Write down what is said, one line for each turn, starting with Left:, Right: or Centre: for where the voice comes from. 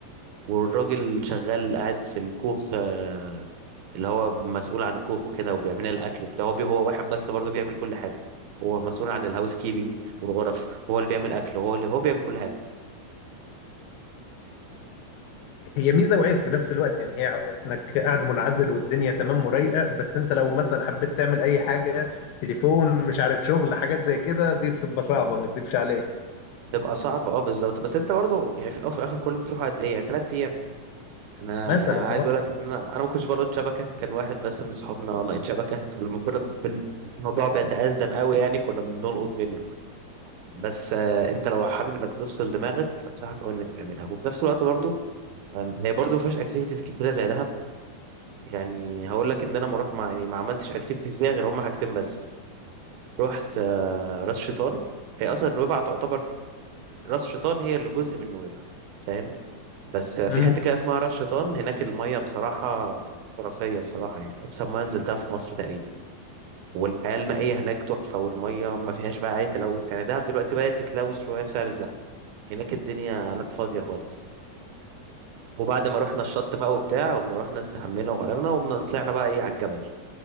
Right: والراجل شغال قاعد في الكوخ آه، اللي هو مسؤول عن الكوخ وكده وبيعمل لنا الاكل وبتاع هو بي- هو واحد بس برضه بيعمل كل حاجه هو مسؤول عن الهاوس كيبنج والغرف هو اللي بيعمل اكل هو اللي هو بيعمل كل حاجه
Left: هي ميزة وعيب في نفس الوقت يعني هي إنك قاعد منعزل والدنيا تمام ورايقة بس أنت لو مثلا حبيت تعمل أي حاجة تليفون مش عارف شغل حاجات زي كده دي بتبقى صعبة ما أكدبش عليك
Right: تبقى صعب اه بالظبط بس انت برضه يعني في الاول وفي الاخر كله بتروح قد ايه يعني ثلاث ايام انا
Left: مثلا
Right: يعني عايز اقول لك ان انا انا ما كنتش بلقط شبكه كان واحد بس من اصحابنا لقيت شبكه فلما كنا بن... بن- الموضوع بيتأزم قوي يعني كنا بنلقط منه بس آه، انت لو حابب انك تفصل دماغك انصحك قوي انك تعملها وفي نفس الوقت برضه أم، هي برضو ما فيهاش اكتيفيتيز كتيره زي دهب يعني هقول لك ان انا ما روح ما يعني ما عملتش اكتيفيتيز فيها غير هم حاجتين بس رحت آه، راس شيطان هي اصلا نويبع تعتبر راس شيطان هي اللي جزء من نويبع فاهم بس آه، في
Left: أه
Right: حته كده اسمها راس شيطان هناك الميه بصراحه خرافيه بصراحه يعني احسن ميه نزلتها في مصر تقريبا والحياه المائيه هناك تحفه والميه ما فيهاش بقى اي تلوث يعني دهب دلوقتي بدات تتلوث شويه بسبب الزحمه هناك الدنيا لا فاضيه خالص وبعد ما رحنا الشط بقى وبتاع قمنا رحنا استحمينا وغيرنا وقمنا طلعنا بقى ايه على الجبل